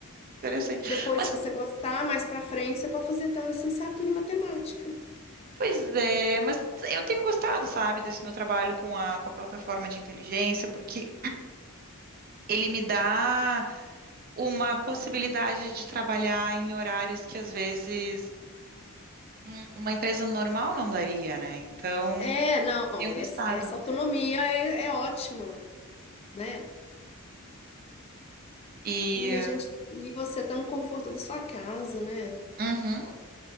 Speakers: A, on the right; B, on the left.
A: interessante.
B: Depois,
A: Mas
B: se você gostar, mais pra frente, você pode fazer até uma licenciatura em matemática.
A: Pois é, mas eu tenho gostado, sabe, desse meu trabalho com a, com a plataforma de inteligência, porque ele me dá uma possibilidade de trabalhar em horários que às vezes um- uma empresa normal não daria, né? Então,
B: É, não,
A: tenho
B: essa,
A: gostado.
B: essa autonomia é, é ótima, né?
A: E,
B: E a gente, e você tá no conforto da sua casa, né?
A: uhum,